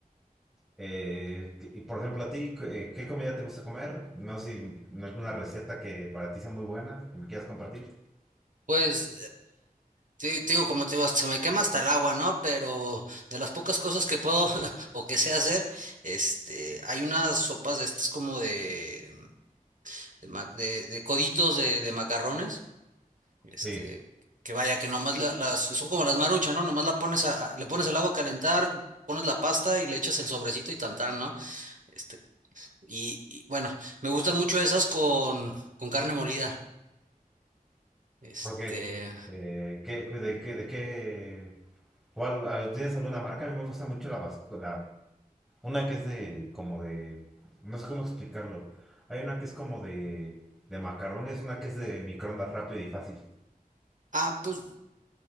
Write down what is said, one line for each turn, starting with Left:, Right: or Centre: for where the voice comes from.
Centre: Eh, y por ejemplo, a ti, eh, ¿qué comida te gusta comer? No sé si alguna receta que para ti sea muy buena, que me quieras compartir.
Right: Pues Sí, te digo, como te digo, se me quema hasta el agua, ¿no? Pero de las pocas cosas que puedo <laughs> o que sé hacer, este, hay unas sopas de estas como de, de, ma- de- de coditos de, de macarrones, este,
Centre: Sí,
Right: que vaya, que nomás la- las, son como las maruchas, ¿no? Nomás la pones a, a- le pones el agua a calentar, pones la pasta y le echas el sobrecito y tantán, ¿no? Este, y, y, bueno, me gustan mucho esas con, con carne molida, este...
Centre: ¿por qué? Eh, ¿qué, de, qué, de qué? ¿Cuál, al- ¿Tienes alguna marca? A mí me gusta mucho la, vasco- Una que es de, como de, no sé cómo explicarlo. Hay una que es como de, de macarrones, una que es de microondas rápido y fácil.
Right: Ah, pues